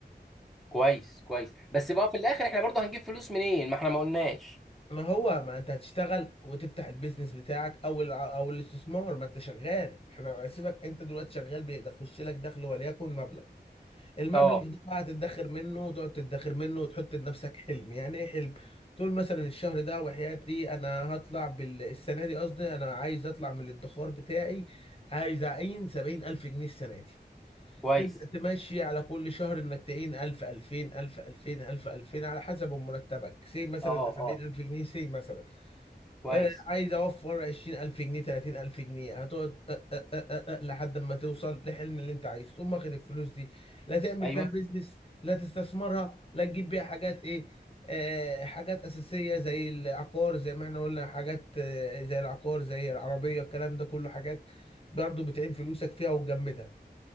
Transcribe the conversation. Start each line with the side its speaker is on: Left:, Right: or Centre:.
Centre: كويس كويس بس بقى في الاخر احنا برضه هنجيب فلوس منين ما احنا ما قلناش
Left: ما هو ما انت هتشتغل وتفتح البيزنس بتاعك او ال- او الاستثمار ما انت شغال احنا سيبك انت دلوقتي شغال بيخش لك دخل وليكن مبلغ المبلغ
Centre: اه
Left: ده بقى هتدخر منه وتقعد تدخر منه وتحط لنفسك حلم يعني ايه حلم تقول مثلا الشهر ده وحياتي انا هطلع بال... السنه دي قصدي انا عايز اطلع من الادخار بتاعي عايز اعين سبعين الف جنيه السنه دي
Centre: كويس
Left: تبدأ تمشي على كل شهر انك تعين 1000 2000 1000 2000 1000 2000 على حسب مرتبك سي مثلا
Centre: اه
Left: ده 70000
Centre: اه
Left: جنيه سي مثلا
Centre: كويس
Left: آه، عايز اوفر 20000 جنيه 30000 جنيه هتقعد أه أه أه أه لحد ما توصل لحلم اللي انت عايزه تقوم واخد الفلوس دي لا تعمل
Centre: ايوه
Left: بيها بيزنس لا تستثمرها لا تجيب بيها حاجات ايه آه حاجات اساسيه زي العقار زي ما احنا قلنا حاجات آه زي العقار زي العربيه الكلام ده كله حاجات برضه بتعين فلوسك فيها وتجمدها